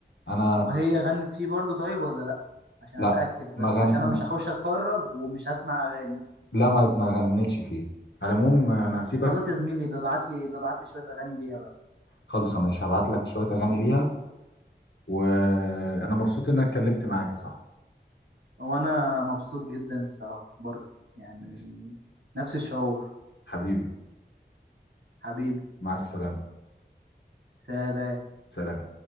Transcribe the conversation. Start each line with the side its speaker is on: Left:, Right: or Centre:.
Left: انا
Right: وهي غنت فيه برضو طيب ولا لا عشان
Left: لا
Right: اتاكد
Left: ما
Right: بس
Left: غن
Right: عشان
Left: ما-
Right: انا مش هخش اتفرج ومش هسمع اغاني
Left: لا ما ما غنتش فيه على العموم انا هسيبك
Right: خلاص يا زميلي ببعت لي ببعت لي شويه اغاني ليها بقى
Left: خالص ماشي هبعت لك شويه اغاني ليها وانا مبسوط ان انا اتكلمت معاك يا صاحبي
Right: وانا مبسوط جدا الصراحه برضو يعني
Left: ماشي
Right: نفس الشعور
Left: حبيبي
Right: حبيبي
Left: مع السلامة
Right: سلام
Left: سلام